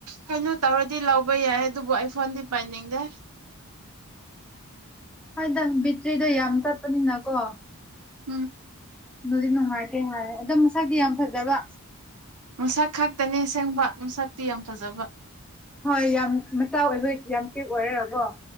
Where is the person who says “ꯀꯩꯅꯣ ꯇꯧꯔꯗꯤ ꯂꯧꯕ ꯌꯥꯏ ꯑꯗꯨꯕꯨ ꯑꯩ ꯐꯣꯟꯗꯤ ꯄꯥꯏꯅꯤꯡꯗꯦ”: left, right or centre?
Right